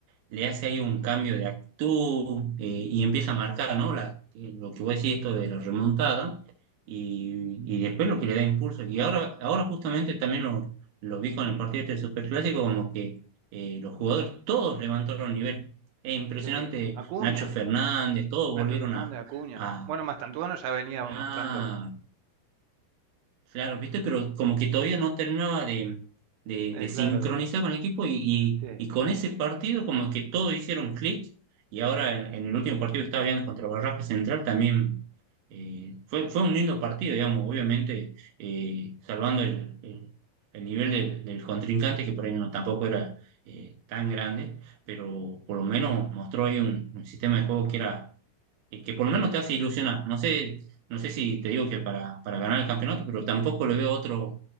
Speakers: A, on the right; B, on the right.
A: le hace ahí un cambio de actitud eh, y empieza a marcar, ¿no? La, eh, lo que voy a decir esto de la remontada y, y después lo que le da impulso. Y ahora, ahora justamente también lo, lo vi con el partido este del Superclásico, como que eh, los jugadores todos levantaron el nivel. Es impresionante,
B: Sí, Acuña,
A: Nacho Fernández, todos
B: Nacho
A: volvieron
B: Fernández,
A: a...
B: Acuña.
A: a-
B: Bueno, Mastantuono ya venía mostrando
A: Ah, Claro, viste, pero como que todavía no terminaba de, de,
B: Eh,
A: de sincronizar
B: claro, de,
A: con el equipo y, y-
B: sí.
A: y con ese partido como que todos hicieron clic y ahora en, en el último partido que estaba viendo contra Barracas Central también eh, fue, fue un lindo partido, digamos, obviamente eh, salvando el, el- el nivel del, del contrincante que por ahí no tampoco era eh, tan grande, pero por lo menos mostró ahí un, un sistema de juego que era eh, que por lo menos te hace ilusionar. No sé, no sé si te digo que para, para ganar el campeonato, pero tampoco le veo otro,